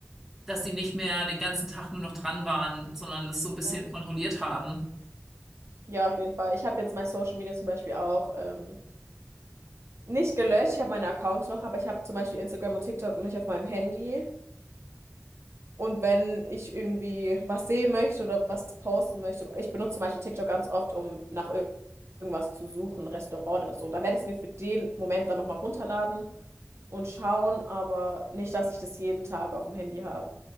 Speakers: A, in the centre; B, on the right.
A: dass sie nicht mehr den ganzen Tag nur noch dran waren, sondern das so ein bisschen
B: mhm.
A: kontrolliert haben.
B: Ja, auf jeden Fall. Ich habe jetzt mein Social Media zum Beispiel auch ähm, nicht gelöscht. Ich habe meine Accounts noch, aber ich habe zum Beispiel Instagram und TikTok nicht auf meinem Handy. Und wenn ich irgendwie was sehen möchte oder was posten möchte, ich benutze zum Beispiel TikTok ganz oft, um nach ir- irgendwas zu suchen, Restaurant oder so. Dann werde ich es mir für den Moment dann nochmal runterladen und schauen, aber nicht, dass ich das jeden Tag auf dem Handy habe.